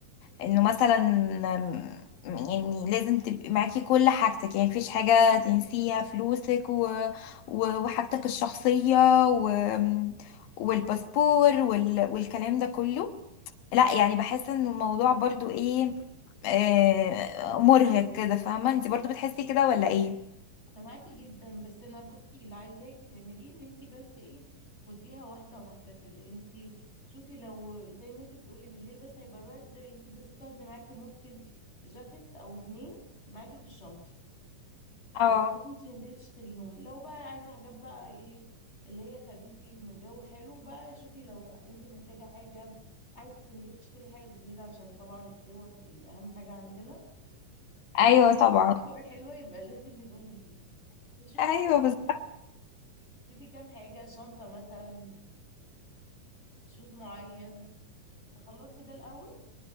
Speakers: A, on the left; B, on the left.
A: انه مثلا آم، يعني لازم تبقي معاكي كل حاجتك يعني مفيش حاجه تنسيها فلوسك و و- وحاجتك الشخصيه و والباسبور وال والكلام ده كله لا يعني بحس ان الموضوع برضو ايه آه مرهق كده فاهمة انت برضو بتحسي كده ولا ايه
B: انا معاكي جدا بس انا بصي اللي عايزاكي تعملي ايه ان انت بس ايه خديها واحده واحده كده انت شوفي لو زي ما انت بتقولي بالليل بس هيبقى برد انت بس تاخدي معاكي ممكن جاكيت او اتنين معاكي في الشنطه
A: اه
B: مش تيجي تنزلي تشتريهم لو بقى عايزة حاجات بقى ايه اللي هي خريفي ان الجو حلو بقى شوفي لو انت محتاجة حاجة عايزة تنزلي تشتري حاجة جديدة عشان طبعا الصور أهم حاجة عندنا
A: ايوه
B: ان
A: طبعا
B: الصور حلوة يبقى لازم هدوم جديدة وشوفي
A: ايوه
B: بقى
A: بالظبط
B: كده شوفي كام حاجة شنطة مثلا شوز معين تخلصي ده الأول